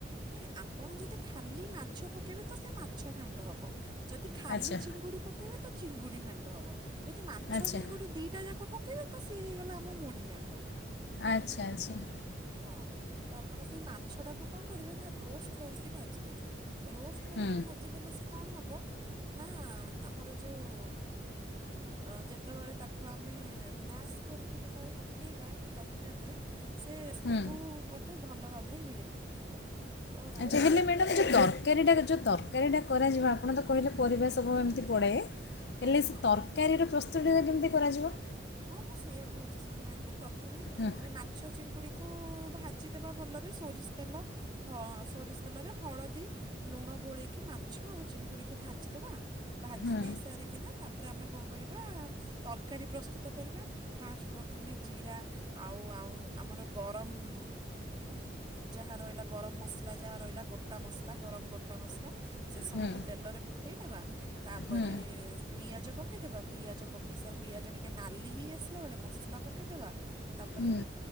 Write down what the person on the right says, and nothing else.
ନାଇଁ ଆପଣ ଯଦି ଖାଲି ମାଛ ପକେଇବେ ତ ସେ ମାଛ ଘାଣ୍ଟ ହବ। ଯଦି ଖାଲି
ଚିଙ୍ଗୁଡ଼ି ପକାଇବେ ତ ଚିଙ୍ଗୁଡ଼ି ଘାଣ୍ଟ ହବ ଯଦି ମାଛ
ଚିଙ୍ଗୁଡ଼ି ଦିଇଟା ଯାକ ପକ ତେବେ ତ ସିଏ ହେଇଗଲା ଆମ ମୁଢ଼ି ଘାଣ୍ଟ।
ହଁ ତ ଆପଣ ସେଇ ମାଛଟାକୁ କଣ କରିବେ ନା ରୋଷ୍ଟ କରିକି ଭାଜିଦେବେ। ରୋଷ୍ଟ କରିକି
ଭାଜିଦେଲେ ସେ କଣ ହବ ନା ଆମର ଯୋଉ <inaudible> ଯେତେବେଳେ ତାକୁ ଆମେ ମ୍ୟାସ୍ କରିକି ଯେତେବେଳେ ପକେଇବା ତରକାରିରେ ସେ ସବୁ
ପଟେ ଭଲ ଭାବରେ ମିଳେଇ ହେଇଯିବ। ତ ରୋଷ୍ଟ
କରିକି
ଟିକେ
ମାଛ
ହଁ
ହଁ ମୁଁ ସେଇଆ କହୁଛି ଶୁଣୁନାହାନ୍ତି ପ୍ରଥମେ
ଆମେ ମା ମାଛ ଚିଙ୍କୁୁଡ଼ିକୁ ଭାଜିଦେବା ଭଲରେ ସୋରିଷ ତେଲ ହ ସୋରିଷ ତେଲରେ ହଳଦୀ ଲୁଣ ଗୋଳେଇକି ମାଛ ଆଉ ଚିଙ୍ଗୁଡିକୁ ଭାଜିଦବା ଭାଜି
ଦେଇ ସାରିକିନା ତାପରେ ଆମେ କଣ କରିବା ତରକାରୀ ପ୍ରସ୍ତୁତ କରିବା ଫାଷ୍ଟ ପ୍ରଥମେ ଜିରା ଆଉ ଆଁ ଆମର ଗରମ ଉଁ ଉଁ ଯାହା ରହିଲା ଗରମ ମସଲା ଯାହା ରହିଲା ଗୋଟା ମସଲା ଗରମ ଗୋଟା ମସଲା ସେ ସବୁକୁ
ତେଲରେ ଫୁ ଦେଇ ଦବା ତାପରେ
ପିଆଜ ପକେଇ ଦବା ପିଆଜ ପକେଇସା ପିଆଜ ଟିକେ ଟିକେ ନାଲି ହେଇ ଆସିଲା ବେଳେ ମସଲା ପକେଇଦେବା ତାପରେ